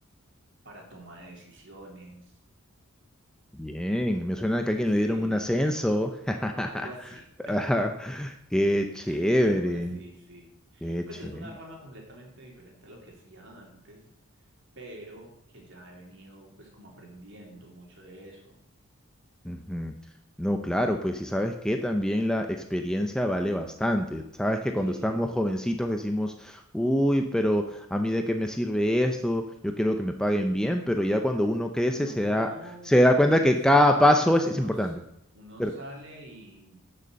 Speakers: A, on the right (about 55°); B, in the centre.
A: para toma de decisiones,
B: Bien, me suena que a alguien
A: sí,
B: le dieron un ascenso. <laughs>
A: algo así,
B: Ajá, Qué chévere,
A: <laughs> algo así, sí.
B: qué
A: Pues
B: chévere.
A: es una rama completamente diferente a lo que hacía antes, pero que ya he venido pues como aprendiendo mucho de eso.
B: Ujú. No, claro, pues si sabes que también la experiencia vale bastante. Sabes que cuando
A: Sí.
B: estamos jovencitos decimos, uy, pero a mí de qué me sirve esto, yo quiero que me paguen bien, pero ya cuando uno crece
A: No,
B: se da, se da cuenta
A: eso
B: que
A: es,
B: cada
A: un-
B: paso
A: eso
B: es, es
A: unos,
B: importante,
A: uno
B: ¿cierto?
A: sale y,